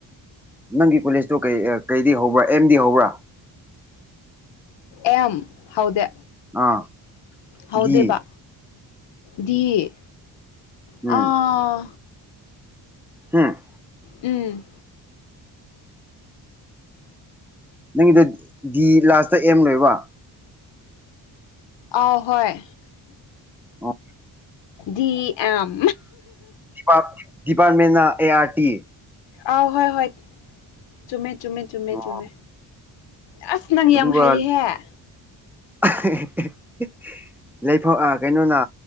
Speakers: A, in the centre; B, on the left.
A: ꯅꯪꯒꯤ ꯀꯣꯂꯦꯖꯇꯨ ꯀꯩ ꯀꯩꯗꯒꯤ ꯍꯧꯕ꯭ꯔꯥ ꯑꯦꯝꯗꯒꯤ ꯍꯧꯕ꯭ꯔꯥ
B: <inaudible> ꯑꯦꯝ ꯍꯧꯗꯦ
A: ꯑꯥ
B: ꯍꯧꯗꯦꯕ
A: ꯗꯤ
B: ꯗꯤ ꯑꯥ
A: ꯎꯝ ꯍꯨꯝ
B: ꯎꯝ
A: ꯅꯪꯒꯤꯗꯣ ꯗꯤ ꯂꯥꯁꯇ ꯑꯦꯝ ꯂꯣꯏꯕ
B: ꯑ ꯍꯣꯏ
A: ꯑꯣ
B: ꯗꯤ ꯑꯦꯝ
A: ꯗꯤꯄꯥ ꯗꯤꯄꯥꯔꯃꯦꯟꯅ ꯑꯦ ꯑꯥꯔ ꯇꯤ
B: ꯑꯥꯎ ꯍꯣꯏ ꯍꯣꯏ ꯆꯨꯝꯃꯦ ꯆꯨꯝꯃꯦ ꯆꯨꯝꯃꯦ
A: ꯑꯣ
B: ꯆꯨꯝꯃꯦ ꯑꯁ ꯅꯪ ꯌꯥꯝ
A: ꯑꯗꯨꯒ
B: ꯍꯩꯍꯦ
A: <unintelligible> ꯂꯩꯐꯝ ꯑ ꯀꯩꯅꯣꯅ